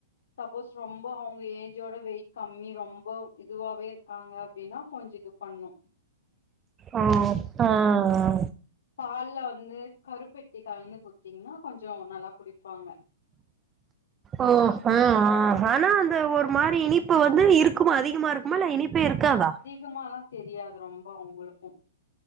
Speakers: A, on the left; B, on the right.
A: சப்போஸ் ரொம்ப அவுங்க ஏஜோட வெயிட் கம்மி ரொம்ப இதுவாவே இர்க்காங்க அப்டினா கொஞ்சோ இது பண்ணு
B: ஆ ஆ ஆ
A: பால்ல வந்து கருப்பட்டி கலந்து குட்த்தீங்ன்னா கொஞ்சோ நல்லா குடிப்பாங்க
B: ஓ ஆ ஆ ஆனா அந்த ஒர் மாரி இனிப்பு வந்து இருக்குமா அதிகமா இருக் குமா இல்ல இனிப்பே இருக்காதா
A: அதிகமாலா தெரியாது ரொம்போ உங்களுக்கு